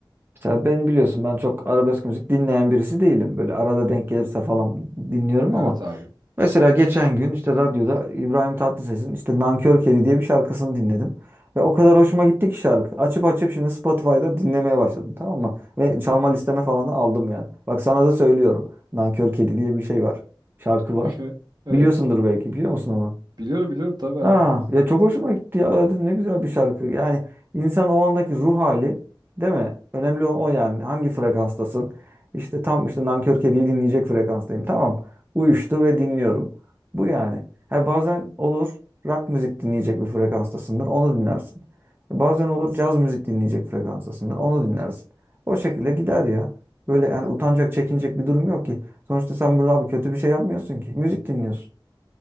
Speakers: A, on the right; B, on the right.
A: Mesela ben biliyorsun ben çok arabesk müzik dinleyen birisi değilim. Böyle arada denk gelirse falan dinliyorum
B: Evet
A: ama
B: abi.
A: Mesela geçen gün işte radyoda İbrahim Tatlıses'in işte Nankör Kedi diye bir şarkısını dinledim. Ve o kadar hoşuma gitti ki şarkı. Açıp açıp şimdi Spotify'da dinlemeye başladım tamam mı? Ve çalma listeme falan da aldım yani. Bak sana da söylüyorum. Nankör Kedi diye bir şey var. Şarkı var.
B: <laughs> Evet.
A: Biliyorsundur belki biliyor musun onu?
B: Biliyorum biliyorum tabii
A: Ha
B: abi.
A: ya çok hoşuma gitti ya. Dedim ne güzel bir şarkı. Yani insan o andaki ruh hali değil mi? Önemli olan o yani. Hangi frekanstasın? İşte tam işte Nankör Kedi'yi dinleyecek frekanstayım. Tamam. Uyuştu ve dinliyorum. Bu yani. Ha bazen olur rock müzik dinleyecek bir frekanstasındır. Onu dinlersin. Bazen olur caz müzik dinleyecek frekanstasındır. Onu dinlersin. O şekilde gider ya. Böyle yani utanacak, çekinecek bir durum yok ki. Sonuçta sen burada abi kötü bir şey yapmıyorsun ki. Müzik dinliyorsun.